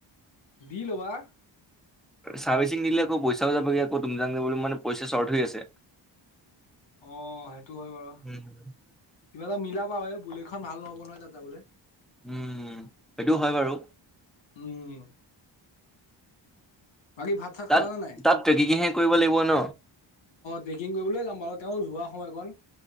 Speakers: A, on the left; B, in the centre.
A: দি ল'বা।
B: চাৰ্ভিচিং দিলে আকৌ পইচাও যাবগৈ, আকৌ তুমজাং যাবলৈ মানে পইচা চ্বৰ্ট হৈ আছে।
A: অ, সেইটো হয় বাৰু
B: উম।
A: কিবা এটা মিলাবা। বুল খন ভাল নহ'ব নহয় তাত যাবলৈ।
B: উম, সেইটো হয় বাৰু।
A: উম, । বাকী ভাত চাত
B: তাত
A: খালা নে নাই অ
B: তাত ট্ৰেকিংহে কৰিব লাগিব ন?
A: ট্ৰেকিং কৰিবলৈ যাম বাৰু। তেওঁ যোৱা সময়কণ।